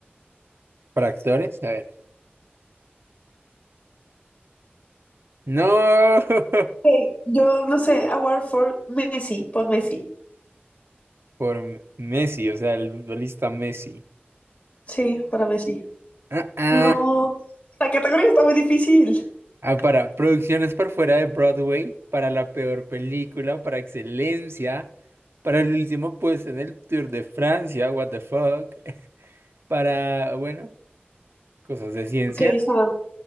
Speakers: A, on the right (about 85°); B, on the left (about 30°).
A: ¿Por actores a ver. No, <laughs>
B: Ok, Yo no sé, award for Messi, por Messi.
A: por M- Messi, o sea, el futbolista Messi.
B: Sí, para Messi.
A: Ah, ah.
B: No, la categoría está muy difícil.
A: Ah, para producciones por fuera de Broadway, para la peor película, para excelencia, para el último puesto en el Tour de Francia, what the fuck, <laughs> para, bueno, cosas de ciencia.
B: Ok, están